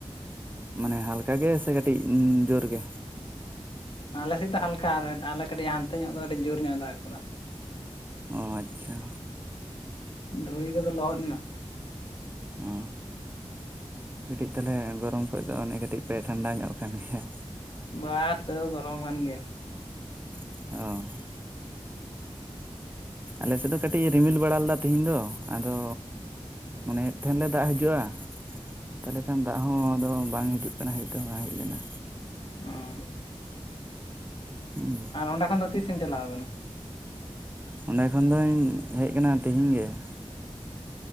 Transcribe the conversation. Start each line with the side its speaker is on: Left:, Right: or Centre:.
Right: ᱢᱟᱱᱮ ᱦᱟᱞᱠᱟ ᱜᱮ ᱥᱮ ᱠᱟᱹᱴᱤᱡ ᱡᱳᱨ ᱜᱮ
Left: ᱟᱞᱮᱥᱮᱡ ᱫᱚ ᱦᱟᱞᱠᱟ ᱟᱨ ᱟᱞᱮ ᱠᱟᱹᱴᱤᱡ ᱦᱟᱱᱛᱮ ᱧᱚᱜ ᱫᱚ ᱟᱹᱰᱤ ᱡᱳᱨ ᱧᱚᱜ ᱫᱟᱜ ᱟᱠᱟᱫᱟ
Right: ᱚ ᱟᱪᱪᱷᱟ
Left: ᱫᱷᱩᱲᱤ ᱠᱚᱫᱚ ᱞᱚᱦᱚᱫ ᱮᱱᱟ
Right: ᱚ ᱠᱟᱹᱴᱤᱡ ᱛᱟᱞᱦᱮ ᱜᱚᱨᱚᱢ ᱠᱷᱚᱡ ᱫᱚ ᱚᱱᱮ ᱠᱟᱹᱴᱤᱡ ᱯᱮ ᱴᱷᱟᱱᱰᱟ ᱧᱚᱜ ᱠᱟᱱ ᱜᱮᱭᱟ
Left: ᱵᱟ ᱛᱟᱹᱣ ᱜᱚᱨᱚᱢ ᱠᱟᱱ ᱜᱮᱭᱟ
Right: ᱚᱻ ᱟᱞᱮ ᱥᱮᱫ ᱫᱚ ᱠᱟᱹᱴᱤᱡ ᱨᱤᱢᱤᱞ ᱵᱟᱲᱟ ᱞᱮᱫᱟ ᱛᱮᱦᱤᱧ ᱫᱚ ᱟᱫᱚ ᱢᱟᱱᱮᱼᱮᱫ ᱛᱟᱦᱮᱱ ᱞᱮ ᱫᱟᱜ ᱦᱤᱡᱩᱜᱼᱟ ᱛᱟᱦᱞᱮ ᱠᱷᱟᱱ ᱫᱟᱜ ᱦᱚᱸ ᱟᱫᱚ ᱵᱟᱝ ᱦᱤᱡᱩᱜ ᱠᱟᱱᱟ ᱦᱮᱡ ᱛᱚ ᱵᱟᱝ ᱦᱮᱡ ᱞᱮᱱᱟ
Left: ᱚᱸ
Right: ᱦᱩᱸ
Left: ᱟᱨ ᱚᱸᱰᱮ ᱠᱷᱚᱱ ᱫᱚ ᱛᱤᱥ ᱮᱢ ᱪᱟᱞᱟᱣ ᱟᱠᱟᱱᱟ?
Right: ᱚᱸᱰᱮ ᱠᱷᱚᱱ ᱫᱩᱧ ᱦᱮᱡ ᱠᱟᱱᱟ ᱛᱤᱦᱤᱧ ᱜᱮᱸ